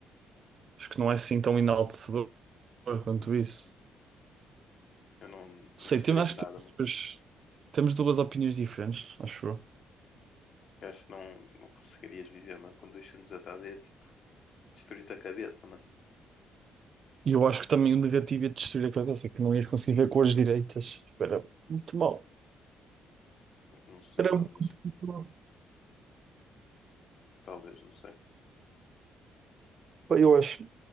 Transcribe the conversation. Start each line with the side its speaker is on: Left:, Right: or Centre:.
Right: acho que não é assim tão enaltecedor quanto isso.
Left: Eu não,
Right: Não
Left: não
Right: sei,
Left: gostaria
Right: tem- acho
Left: de nada,
Right: que temos,
Left: mano.
Right: duas- temos duas opiniões diferentes, acho eu.
Left: Eu acho que não, não conseguirias viver, mano. Com dois segundos de atraso ia, tipo, destruir-te a cabeça, mano.
Right: E eu acho que também o negativo ia destruir a cabeça, que não ias conseguir ver cores direitas. Tipo, era muito mal.
Left: Não sei,
Right: Era
Left: talvez.
Right: muito, muito mal.
Left: Talvez, não sei.
Right: Eu acho.